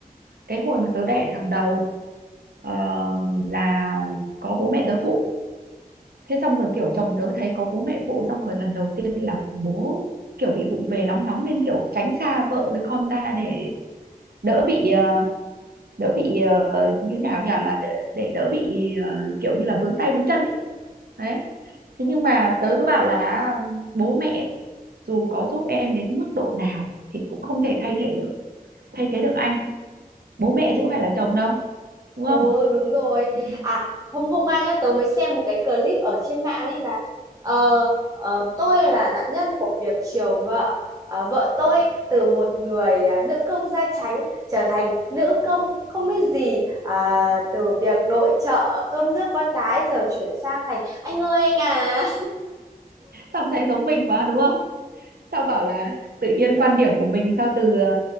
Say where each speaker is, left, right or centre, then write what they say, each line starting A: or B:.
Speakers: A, on the right; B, on the right.
A: cái hồi mà tớ đẻ thằng đầu ờ, là có bố mẹ tớ phụ thế xong rồi kiểu chồng tớ thấy có bố mẹ phụ xong rồi lần đầu tiên là bố kiểu bị vụng về nóng nóng nên kiểu tránh xa vợ với con ra để đỡ bị ờ, đỡ bị ờ, như nào nhỉ là để, để đỡ bị ờ, kiểu như là vướng tay vướng chân ý. đấy thế nhưng mà tớ cứ bảo là bố mẹ dù có giúp em đến mức độ nào thì cũng không thể thay thế được thay thế được anh bố mẹ chứ có phải là chồng đâu đúng
B: Ừ
A: không
B: đúng rồi.
A: Ừ.
B: À hôm hôm qua nhá tớ mới xem một cái clip ở trên mạng ấy là ờ, ờ, tôi là nạn nhân của việc chiều vợ Ờ, vợ tôi từ một người à, nữ công gia chánh trở thành nữ công không biết gì à, từ việc nội trợ cơm nước con cái giờ chuyển sang thành anh ơi anh à.
A: xong thấy giống mình quá đúng không xong bảo là tự nhiên quan điểm của mình sao từ ờ,